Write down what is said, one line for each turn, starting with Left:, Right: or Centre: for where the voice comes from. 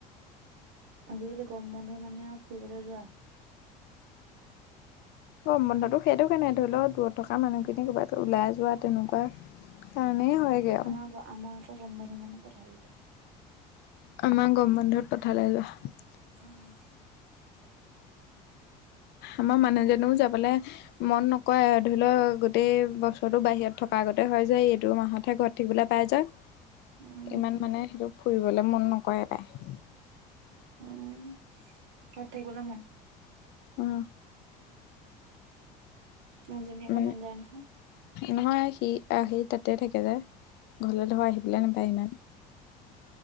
Right: আজিকালি গৰম বন্ধ মানে আৰু ফুৰিবলৈ যোৱা।
Left: অ বন্ধতটো সেইটো কাৰণে, ধৰি ল দূৰত থকা মানুহখিনি ক'ৰবাত ওলাই যোৱা তেনেকুৱা কাৰণেই হয় গৈ আও
Right: আমাৰ আমাৰ আক' গৰম বন্ধু মানে পঠালে যোৱা।
Left: আমাৰ গৰম বন্ধত পঠাৰলৈ যোৱা।
Right: উম
Left: আমাৰ মানুহজনেও যাবলে মন নকৰে ধৰি লও গোটেই বছৰটো বাহিৰত থকা আগতে হয় যে এইটো মাহতহে ঘৰত থাকিবলে পাই যাই,
Right: উম
Left: ইমান মানে সেইটো ফুৰিবলৈ মন নকৰে পায়।
Right: উম, ঘৰত থাকিবলে মন।
Left: উম
Right: মানুহজনী আকৌ
Left: মানে
Right: মন যায় নহয়।
Left: নহয় সি আহ সি তাতে থাকে যে, ঘৰলে ধৰ আহিবলৈ
Right: উম
Left: নাপায় ইমান।